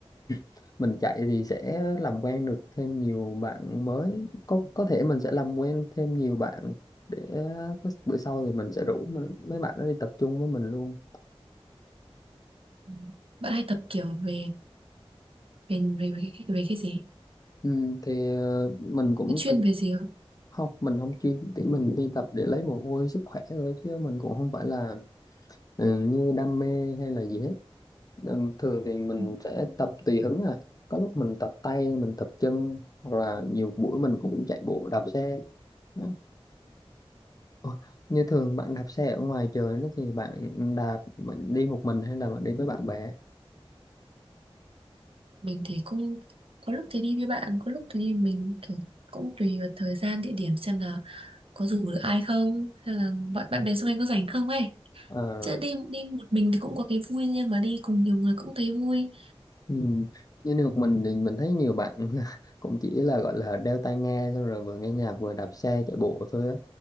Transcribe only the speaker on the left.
<clears throat> mình chạy thì sẽ làm quen được thêm nhiều bạn mới có có thể mình sẽ làm quen thêm nhiều bạn để có- bữa sau thì mình sẽ rủ mà- mấy bạn đó đi tập trung với mình luôn
ừ, thì ờ, mình cũng
từng-
không mình không chuyên thì mình đi tập để lấy mồ hôi sức khỏe thôi chứ mình cũng không phải là ừ, như đam mê hay là gì hết Ừ, thường thì mình
sẽ tập tùy hứng à có lúc mình tập tay mình tập chân hoặc là nhiều buổi mình cũng chạy bộ đạp xe Đó. Ủa, như thường bạn đạp xe ở ngoài trời đó thì bạn đạp bạn đi một mình hay là bạn đi với bạn bè
Ờ,
ừ. Như được mình thì mình thấy nhiều bạn <laughs> cũng chỉ là gọi là đeo tai nghe xong rồi vừa nghe nhạc vừa đạp xe chạy bộ thôi á